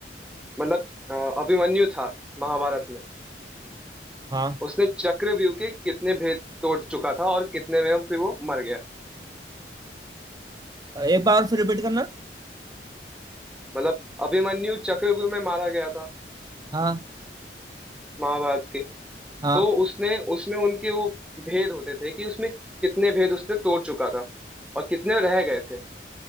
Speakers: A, in the centre; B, on the right.
A: मतलब अ, अभिमन्यु था महाभारत में
B: हाँ
A: उसने चक्रव्यूह के कितने भेद तोड़ चुका था और कितने में फिर वो मर गया
B: एक बार फिर रिपीट करना
A: मतलब अभिमन्यु चक्रव्यूह में मारा गया था
B: हाँ
A: महाभारत के
B: हाँ
A: तो उसने उसमें उनके वो भेद होते थे कि उसमें कितने भेद उसने तोड़ चुका था और कितने रह गए थे